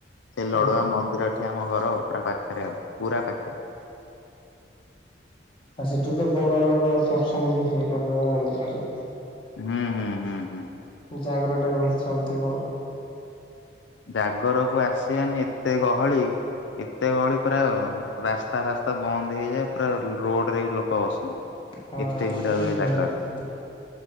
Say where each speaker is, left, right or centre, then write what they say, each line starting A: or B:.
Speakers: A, on the left (about 85°); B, on the left (about 30°).
A: ସେ ଲଡୁଆ
B: ଆଜ୍ଞା।
A: ମନ୍ଦିର ଏଠି ଆମ ଘର ପୁରା ପାଖରେ ଆଉ ପୁରା ପାଖରେ
B: ଆ ସେଠୁ ତ ବଡ ବଡ ଫଙ୍କସନ ବି ହିଏ ଲଡ଼ୁବାବା ମନ୍ଦିରରେ
A: ହୁଁ ହୁଁ ହୁଁ ହୁଁ
B: ଜାଗରଟା ବି ଭଲସେ ହେଉଥିବ
A: ଜାଗରକୁ ଆସିବାନି ଏତେ ଗହଳି ଏତେ ଗହଳି ପ୍ରାୟ ରାସ୍ତା ଫାସ୍ତା ବନ୍ଦ ହେଇଯାଏ ପୁରା ରୋଡ ରେ ବି ଲୋକ ବସନ୍ତି।
B: ହଁ
A: ଏତେ
B: ବହୁତ
A: ଭିଡ ହୁଏ ଜାଗର
B: ହଉଥିବ